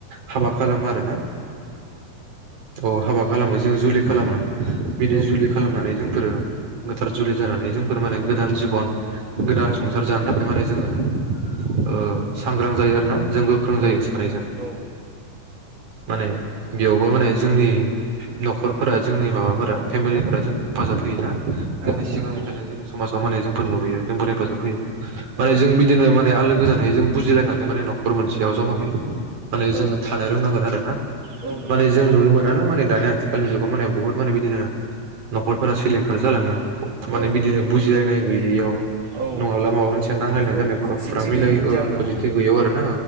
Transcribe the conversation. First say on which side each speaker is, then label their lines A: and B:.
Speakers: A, on the right; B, on the right.
A: हाबा खालामो आरोना औ हाबा खालामो। जों जुलि खालामो बिदि
B: औ
A: जुलि
B: नोंथां
A: खालामनानै
B: औ
A: जोंफोरो। गोथार जुलि जानानै जोंफोर माने गोदान जिबन गोदान संसार
B: औ
A: जानो थाख जोंङो ओ सांग्रां जायो आरोना। जों गोख्रों
B: औ
A: जायो
B: नोंथां
A: सानैजों।
B: औ औ
A: माने बेयावबो माने जोंनि नखर फोरा जोंनि माबाफोरा फेमिलिफोरा जों हेफाजाब होयोना
B: औ
A: जोंनि
B: नोंथां
A: सिगांनिफ्रायनो
B: औ
A: जोंनि समाजाव माने जोंफोर नुबोयो। जोंबो हेफाजाब होयो। माने
B: औ
A: जों बिदिनो माने आलो गोजोनै जों बुजिलायनानै माने नखर मोनसेयाव जमा होयो माने जोंङो।
B: औ
A: थानो रोंनांगोन आरोना
B: औ नोंथां
A: माने जों
B: औ
A: नुनो मोनोना माने दानि आथिखालनि जुगाव माने बुहुत माने बिदिनो। नखरफोरा सिलिंखार जालांङो माने
B: औ
A: बिदिनो
B: नोंथां औ
A: बुजिलायनाय गैयैयाव
B: औ
A: नङाब्ला। मोनसिया नांलायनाय
B: औ
A: जानायाव
B: खौसेथि
A: फुरा मिलायै
B: गैयैनि जाहोनाव
A: पजिटिभ गैयाव आरो ना।